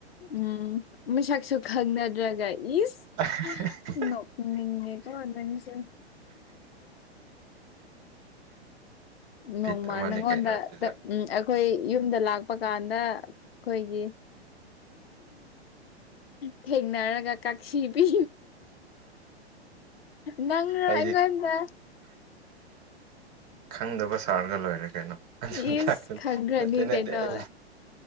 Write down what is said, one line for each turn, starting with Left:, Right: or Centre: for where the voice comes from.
Left: ꯎꯝ ꯃꯤꯁꯥꯥꯛꯁꯨ ꯈꯪꯅꯗ꯭ꯔꯒ ꯏꯁ
Right: <unintelligible>
Left: ꯅꯣꯛꯅꯤꯡꯉꯦꯀꯣ ꯅꯪꯁꯦ
Right: ꯕꯤꯠ
Left: ꯅꯣꯡꯃ
Right: ꯑꯃꯅꯤ
Left: ꯅꯪꯉꯣꯟꯗ
Right: ꯀꯩꯅꯣ ꯁꯤꯗ
Left: ꯎꯝ ꯑꯩꯈꯣꯏ ꯌꯨꯝꯗ ꯂꯥꯛꯄ ꯀꯥꯟꯗ ꯑꯩꯈꯣꯏꯒꯤ ꯊꯦꯡꯅꯔꯒ ꯀꯛꯁꯤ ꯄꯤꯕꯤ ꯅꯪꯔ
Right: ꯑꯩꯗꯤ
Left: ꯑꯩꯉꯣꯟꯗ
Right: ꯈꯪꯗꯕ ꯁꯥꯔꯒ ꯂꯣꯏꯔꯦ ꯀꯩꯅꯣ ꯑꯗꯨꯝꯀꯟꯗꯗꯤ
Left: ꯏꯁ ꯈꯪꯈ꯭ꯔꯅꯤ
Right: ꯅꯠꯇꯦ ꯅꯠꯇꯦ
Left: ꯀꯩꯅꯣ
Right: ꯑꯩ꯫